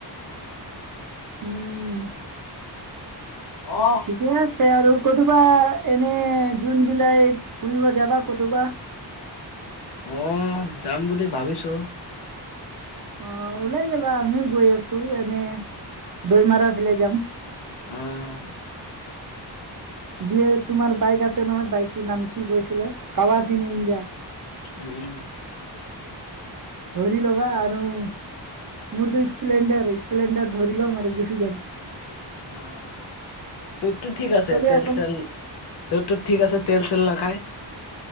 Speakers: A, on the right (about 50°); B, on the left (about 65°).
A: উম!
B: অ
A: ঠিকে আছে আৰু। কথোবা এনে জুন জুলাই ফুৰিব যাবা কথোবা।
B: আহ যাম বুলি ভাবিছো।
A: অ ওলাই যাবা আমিও গৈ আছো এনে দৈমাৰা ফালে যাম।
B: আহ
A: বিয়েৰ তোমাৰ বাইক আছে নহয়, বাইকটোৰ নাম কি কৈছিলে কাৱাচ ইন ইণ্ডিয়া।
B: উম'।
A: ধৰি ল'বা আৰু মোৰতো স্পেলণ্ডাৰ, স্পেলণ্ডাৰ ধৰি ল'ম আৰু গুচি যাম।
B: অ'। তোৰতো ঠিক আছে,
A: চবে
B: তেল-চেল
A: অকল
B: তোৰ তোৰ ঠিক আছে তেল-চেল নাখায়।